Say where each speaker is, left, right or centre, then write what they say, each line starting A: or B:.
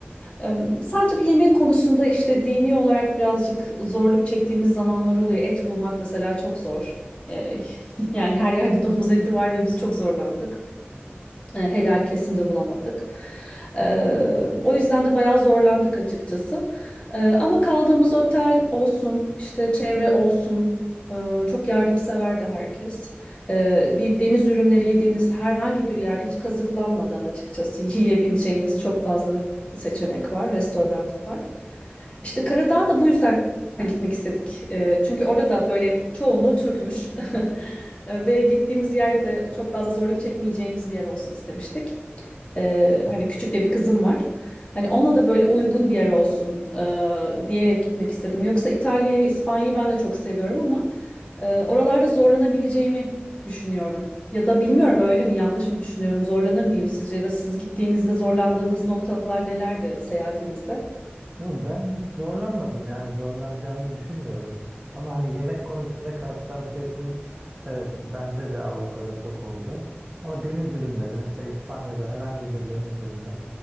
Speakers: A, on the left (about 25°); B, on the right (about 25°).
A: Ee, sadece bir yemek konusunda işte dini olarak birazcık zorluk çektiğimiz zamanlar oluyor. Et bulmak mesela çok zor. Ee, <laughs> yani her yerde domuz eti var ve biz çok zorlandık. E, helal kesimde bulamadık. E, o yüzden de bayağı zorlandık açıkçası. E, ama kaldığımız otel olsun, işte çevre olsun, e, çok yardımseverdi herkes. E, bir deniz ürünleri yediğiniz herhangi bir yerde hiç kazıklanmadan açıkçası <laughs> yiyebileceğiniz çok fazla seçenek var, restoran var. İşte Karadağ'a da bu yüzden gitmek istedik. E, çünkü orada da böyle çoğunluğu Türkmüş. <laughs> E, Ve gittiğimiz yerde de çok fazla zorluk çekmeyeceğimiz bir yer olsun istemiştik. Ee, hani küçük de bir kızım var. Hani onunla da böyle uygun bir yer olsun e, diyerek gitmek istedim. Yoksa İtalya'yı, İspanya'yı ben de çok seviyorum ama e, oralarda zorlanabileceğimi düşünüyorum. Ya da bilmiyorum öyle mi yanlış mı düşünüyorum? Zorlanır mıyım sizce? Ya da siz gittiğinizde zorlandığınız noktalar nelerdi seyahatinizde?
B: Yo, ben hiç zorlanmadım yani zorlanacağınızı düşünmüyorum. Ama hani yemek konusundaki hassasiyetimiz evet bende de Avrupa'da çok oldu. Ama deniz ürünleri mesela İspanya'da herhangi bir deniz ürünü